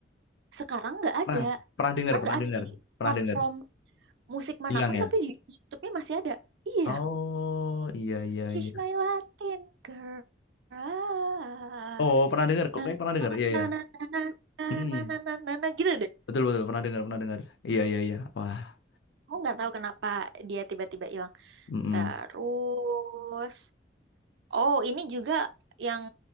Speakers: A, on the right; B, on the left.
A: Sekarang nggak ada.
B: Pernah pernah
A: Sekarang
B: dengar, pernah
A: nggak ada
B: dengar,
A: di
B: pernah
A: platform
B: dengar.
A: musik manapun
B: Hilang ya?
A: tapi di YouTube-nya masih ada. Iya,
B: Oh, iya iya
A: She's
B: iya.
A: My Latin Girl. Ah.
B: Oh, pernah dengar kok
A: Nah,
B: kayak pernah dengar. Iya
A: na
B: iya.
A: na na na na
B: Hmm.
A: na na na na na, gitu deh.
B: Betul betul pernah dengar, pernah dengar. Iya iya iya. Wah,
A: Aku nggak tahu kenapa dia tiba-tiba hilang.
B: mm
A: Terus Oh, ini juga yang